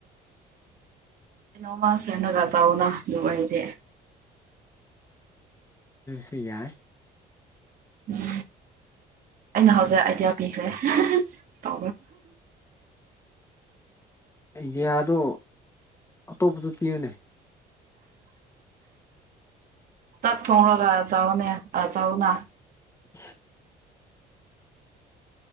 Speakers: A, on the right; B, on the left.
A: ꯀꯩꯅꯣꯃ ꯁꯦꯅꯒ ꯆꯥꯎꯅ ꯑꯗꯨ ꯑꯣꯏꯗꯤꯦ
B: ꯁꯤ ꯌꯥꯏ
A: ꯎꯝ ꯑꯩꯅ ꯍꯧꯖꯤꯛ ꯑꯥꯏꯗꯤꯌꯥ ꯄꯤꯈ꯭ꯔꯦ ꯇ
B: ꯑꯥꯏꯗꯤꯌꯥꯗꯣ ꯑꯇꯣꯞꯄꯗ ꯄꯤꯌꯨꯅꯦ
A: ꯇꯠ ꯊꯣꯡꯅꯒ ꯆꯅꯦ ꯑ ꯆꯣꯅꯥ
B: <unintelligible>